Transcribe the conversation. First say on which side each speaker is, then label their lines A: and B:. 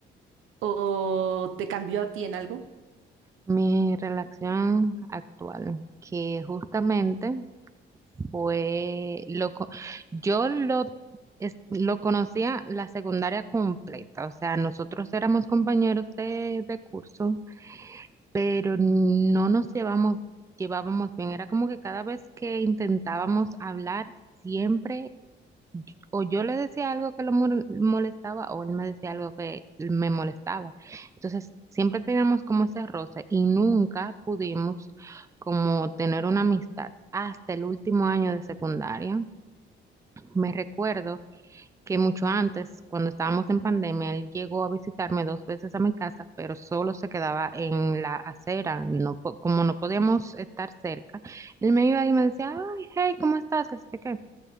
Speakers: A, on the right; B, on the right.
A: o te cambió a ti en algo?
B: Mi relación actual, que justamente fue lo co- yo lo es- lo conocía la secundaria completa, o sea, nosotros éramos compañeros de, de curso, pero no nos llevamos llevábamos bien, era como que cada vez que intentábamos hablar siempre o yo le decía algo que lo mol- molestaba o él me decía algo que me molestaba. Entonces, siempre teníamos como ese roce y nunca pudimos como tener una amistad hasta el último año de secundaria. Me recuerdo que mucho antes, cuando estábamos en pandemia, él llegó a visitarme dos veces a mi casa, pero solo se quedaba en la acera, no, po- como no podíamos estar cerca. Él me iba y me decía, ay, hey, ¿cómo estás? ¿Qué sé yo qué?